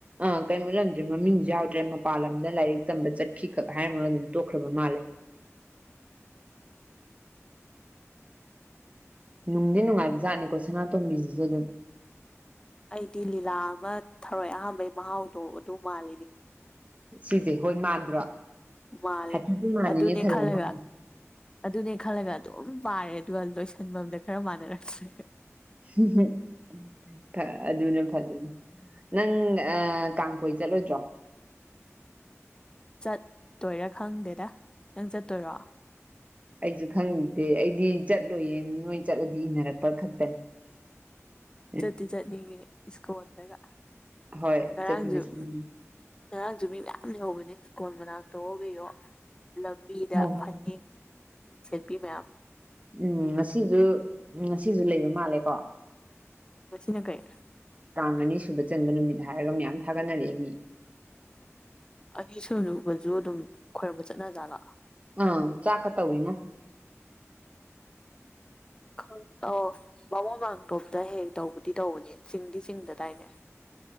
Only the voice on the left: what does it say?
ꯑꯩꯗꯤ ꯂꯤꯂꯥ ꯑꯃ ꯊꯔꯣꯏ ꯑꯍꯥꯝꯕꯩ ꯃꯍꯥꯎꯗꯣ ꯑꯗꯨ ꯃꯥꯜꯂꯤꯅꯤ
ꯃꯥꯜꯂꯦ
ꯑꯗꯨꯅꯦ
ꯈꯜꯂꯒ
ꯑꯗꯨꯅꯦ ꯈꯜꯂꯒ ꯑꯗꯨꯝ ꯄꯥꯔꯦ ꯑꯗꯨꯒ ꯂꯣꯏꯁꯟꯕꯝꯗ ꯈ꯭ꯔ ꯃꯥꯟꯅꯔꯛꯇ꯭ꯔꯦ
ꯆꯠꯇꯣꯏꯔꯥ ꯈꯪꯗꯦꯗ ꯅꯪ ꯆꯠꯇꯣꯏꯔꯣ
ꯆꯠꯇꯤ ꯆꯠꯅꯤꯡꯉꯤ ꯏꯁꯀꯣꯟꯗꯒ
ꯉꯔꯥꯡꯖꯨ
ꯉꯔꯥꯡꯁꯨ ꯃꯤ ꯃꯌꯥꯝ ꯂꯩꯍꯧꯕꯅꯦ ꯁ꯭ꯀꯣꯟ ꯃꯅꯥꯛꯇꯋꯣ ꯀꯩꯋꯣ ꯂꯝ ꯂꯝꯕꯤꯗ
ꯐꯅꯦꯛ ꯁꯦꯠꯄꯤ ꯃꯌꯥꯝ
ꯉꯥꯁꯤꯅ ꯀꯩ
ꯑꯅꯤ ꯁꯨꯕꯁꯨ ꯑꯗꯨꯝ ꯈꯣꯏꯔꯝꯕ ꯆꯠꯅꯖꯥꯠꯂꯣ
<unintelligible> ꯈꯪ ꯑꯣ ꯕꯥꯃꯣꯟ ꯃꯥꯝꯇꯣꯞꯇ ꯍꯦꯛ ꯇꯧꯕꯗꯤ ꯇꯧꯕꯅꯦ ꯆꯤꯡꯗꯤ ꯆꯤꯡꯗꯗꯥꯏꯅꯦ